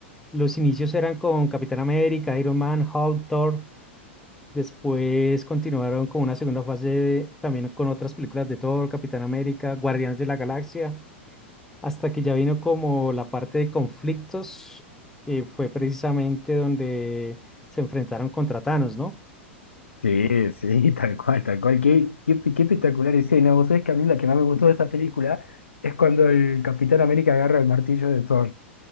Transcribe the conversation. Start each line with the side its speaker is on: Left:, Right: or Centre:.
Centre: los inicios eran con Capitán América, Iron Man, Hulk, Thor, Después continuaron con una segunda fase de- también con otras películas de Thor, Capitán América, Guardianes de la Galaxia, hasta que ya vino como la parte de conflictos, que fue precisamente donde se enfrentaron contra Thanos, ¿no?
Left: Sí, sí, <laughs> tal cual, tal cual. Qué, qué, qué espectacular escena. Vos sabés que a mí la que más me gustó de esa película es cuando el Capitán América agarra el martillo de Thor.